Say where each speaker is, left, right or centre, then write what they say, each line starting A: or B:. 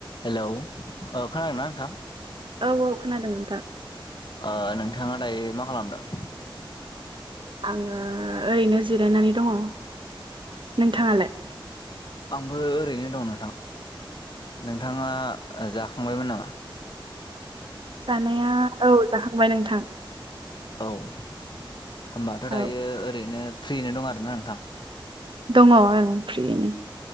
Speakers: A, on the left; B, on the right.
A: हेलौ औ खोनादोंना नोंथां
B: औ औ खोनादों नोंथां
A: ओ नोंथाङा दायो मा खालामदों
B: आङो ओरैनो जिरायनानै दङ नोंथाङालाय
A: आंबो ओरैनो दं नोंथां नोंथाङा जाखांबायमोन नामा
B: जानाया औ जाखांबाय नोंथां
A: औ होनोमबाथ
B: औ
A: दायो ओरैनो फ्रिनो दं आरोना नोंथां
B: दङ ओं फ्रियैनो